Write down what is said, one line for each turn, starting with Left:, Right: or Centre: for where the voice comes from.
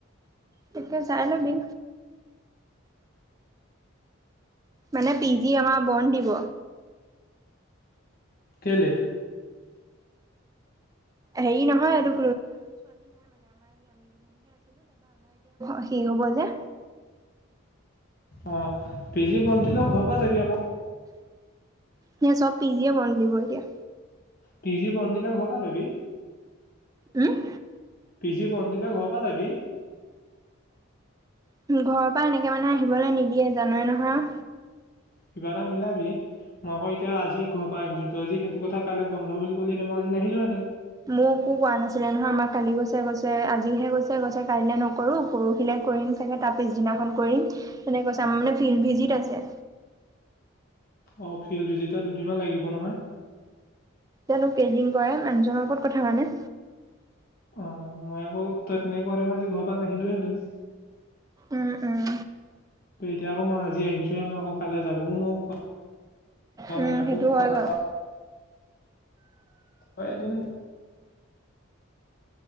Right: তাকে চাই লবি। মানে পি জি আমাৰ বন্ধ দিব।
Left: কেলে?
Right: হেৰি নহয়, এইটো <unintelligible> হ'ব যে
Left: অ' পি জি বন্ধদিলেও ঘৰৰ পৰা যাবি আকৌ।
Right: ন', চব পিজিয়ে বন্ধ দিব এতিয়া।
Left: পি জি বন্ধ দিলে ঘৰৰ পৰা যাবি।
Right: উম?
Left: পি জি বন্ধ দিলে ঘৰৰ পৰা যাবি।
Right: ঘৰৰ পৰা এনেকে মানুহ আহিবলৈ নিদিয়ে জানই নহয়।
Left: কিবা এটা মিলাবি? মই আকৌ এতিয়া আজি ঘৰ পৰা আহিছোঁ। ত‌ই আজি সেইটো কথা, কাইলে বন্ধ বুলি কলিহেঁতেন মই আজি নাহিলোহেঁতেন।
Right: মোকো কোৱা নাছিলে নহয়। আমাৰ কালি গৈছে, গৈছে। আজিহে গৈছে? গৈছে কাইলৈ নকৰোঁ। পৰহিলে কৰিম চাগে, তাৰ পিছদিনাখন কৰিম। তেনেকে কৈছে! মানে, ফিল্ড ভিজিত আছে।
Left: অ ফিল্ড ভিজিটৰ দুদিনমান লাগিব নহয়। <inaudible>
Right: তেওঁলোক কেইদিন কৰা মানুহজনৰ ওপৰত কথা মানে।
Left: অ' মই আকৌ তই, তেনেকুৱা তোমাৰ আজি ঘৰৰ পৰা নাহিলোহেঁতেন।
Right: উম-উম।
Left: তেতিয়া আকৌ মই আজি আহিছোঁহে, মই আকৌ কাইলৈ যাবও নোৱাৰোঁ।
Right: উম,
Left: নিয়াতো
Right: সেইটো হয়
Left: কথা
Right: বাৰু
Left: <unintelligible> এদিন